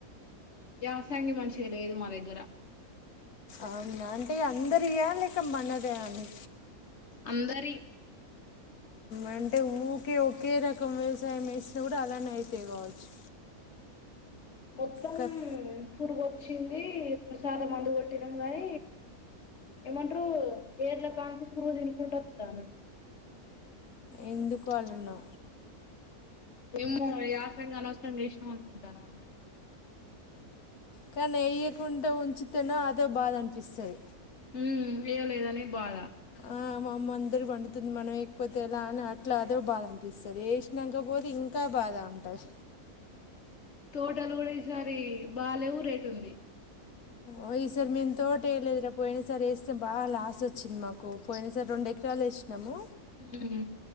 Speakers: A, on the left; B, on the left.
A: యాసంగి మంచిగా లేదు మ దగ్గర
B: అవునా అంటే అందరియా లేక మనదే అని
A: అందరియి
B: అంటే ఊకే ఒకే రకం వ్యవసాయం వేస్తే కూడా అలానే అయితయి కావచ్చు.
A: మొత్తం
B: కట్
A: పురుగు వోచ్చింది డుసదాం మందు కోట్టి టిన గనీ ఏమంట్రు ఏర్ల కాన్సి పురుగు తిన్ ఎప్పుడత్తన్నవ్
B: ఎందుకు అళ్లన్నా
A: ఎమ్మో యాసంగి అనవసరంగా ఏసినాం అనుకుంటానం అందరం
B: కానీ ఏయ్యకుండా ఉంచుతేనో అదో బాధ అనిపిస్తది
A: హ్ ఏయలేదనీ బాధ
B: ఆ మా అమ్మ అందరి వండుతుంది. మనం ఎయాక పోతే ఎలా అని అట్లా అదో బాధ అనిపిస్తుంది. ఏసినంక పోతే ఇంకా బాధ ఉంటది.
A: తోటలు కూడా ఈసారి బాలేవు రేట్ ఉంది
B: ఓయి ఇసారీ మేం తోట ఏయాలే పోయిన సారీ వేస్తే బాగా లాస్ వోచ్చింది మాకు పోయిన సారీ రెండు ఎకరాలు ఏసినాము
A: హ్